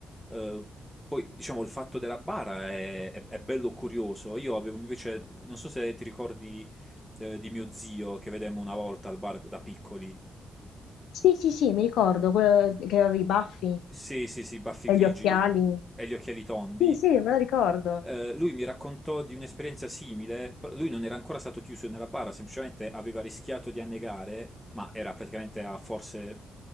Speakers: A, in the centre; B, on the left (about 85°).
A: Eh, poi, diciamo, il fatto della bara è, è- è bello curioso. Io avevo invece, non so se ti ricordi eh, di mio zio che vedemmo una volta al bar da piccoli.
B: Sì, sì, sì, mi ricordo, quello che aveva i baffi
A: Sì, sì, sì, baffi
B: e
A: grigi
B: gli occhiali.
A: e gli occhiali tondi.
B: Sì, sì, me lo ricordo.
A: Eh, lui mi raccontò di un'esperienza simile. però Lui non era ancora stato chiuso nella bara, semplicemente aveva rischiato di annegare, ma era praticamente a forse